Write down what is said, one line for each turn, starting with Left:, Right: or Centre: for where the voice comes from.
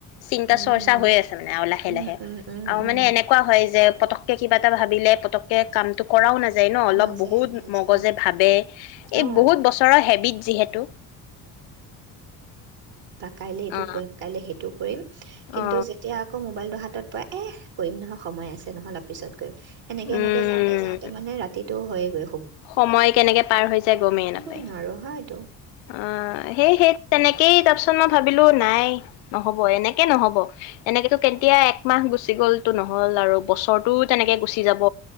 Left: চিন্তা
Right: উম উম
Left: চৰ্চা হৈ আছে মানে আৰু লাহে
Right: উম
Left: লাহে।
Right: উম
Left: অ'
Right: উম
Left: মানে এনেকুৱা হয় যে পতককে কিবা এটা ভাবিলে, পতককে কামটো কৰাও নাযায় যায় ন, অলপ
Right: নাযায়
Left: বহুত
Right: নাযায়
Left: মগজে ভাৱে, এই
Right: অ
Left: বহুত বছৰৰ হেবিট যিহেতু।
Right: কাইলে এইটো
Left: অ
Right: কৰিম কাইলে সেইটোক কৰিম, কিন্তু
Left: অ
Right: যেতিয়া আকৌ ম'বাইলটো হাত পৰে, এহ্, কৰিম নহয় সময় আছে নহয় অলপ পিছত এনেকে
Left: উম
Right: এনেকে যাওঁতে যাওঁতে মানে ৰাত হয়ে গৈ
Left: সময় কেনেকে পাৰ হৈ যায় গমেই
Right: ক'বই
Left: নাপায়।
Right: নোৱাৰোঁ হয় এইটো
Left: অ', সেই-সেই তেনেকেই তাৰপিছত মই ভাবিলো এ নাই নহব এনেকে নহব এনেকেতো কেতিয়া একমাহ গুচি গ'ল হল আৰু বছৰতো তেনেকে গুছি যাব